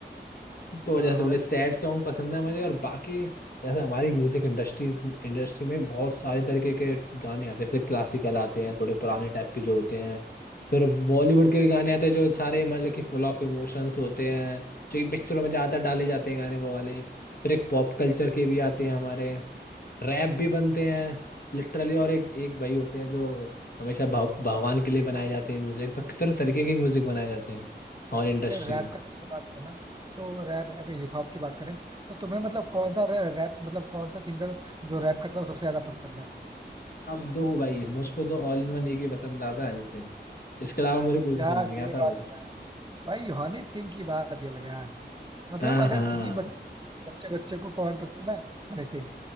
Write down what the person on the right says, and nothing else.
हाँ
और
अगर रैप
का तुमने बात करना तो रैप या फिर हिप हॉप की बात करें तो तुम्हें मतलब कौन सा रैप मतलब कौन सा सिंगर जो रैप करता है वो सबसे ज्यादा पसंद है
यार
ये बात
तो है भाई हनी सिंह की बात ये लगा यार मतलब
अगर
किसी बच- बच्चे बच्चे को कौन पसंद है हनी सिंह